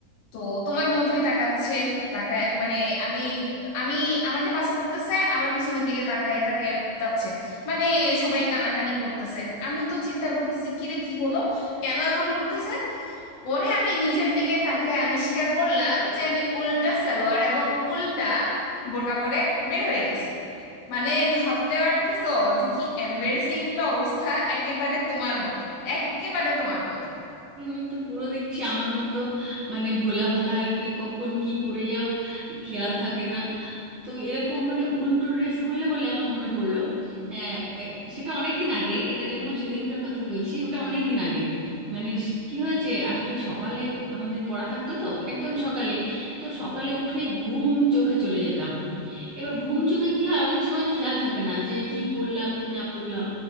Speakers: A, on the left; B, on the right.
A: তো তোমার মতোই তাকাচ্ছে তাকায় মানে আমি আমি আমাকে বাস করতেছে আবার পিছনের দিকে তাকায় তাকায় যাচ্ছে মানে সবাই কানাকানি করতেছে আমি তো চিন্তা করতেছি কিরে কি হলো কেন এমন করতেছে পরে আমি নিজের দিকে তাকে আবিষ্কার করলাম যে আমি উল্টা সালোয়ার এবং উল্টা বোরকা পরে বের হয়ে গেছি মানে ভাবতে পারতেছো যে কি এম্বারেসিং একটা অবস্থা একেবারে তোমার মতো একেবারে
B: But
A: তোমার মতো
B: তুমি তো পুরো দেখছি আমার মতো মানে ভোলা ভালা আর কি কখন কি পড়ে যাও খেয়াল থাকে না তো এরকম মানে উল্টো ড্রেস বললে বলে আমার মনে পড়লো আহ, এক- সেটা অনেক দিন আগে এটা যেমন সেদিনকার কথা বলছি ওটা অনেক দিন আগে মানে স- কি হয়েছে আসলে সকালে আমাদের পড়া থাকতো তো একদম সকালে তো সকালে উঠে ঘুম চোখে চলে যেতাম এবার ঘুম চোখে কি হয় অনেক সময় খেয়াল থাকে না যে কি পড়লাম কি না পড়লাম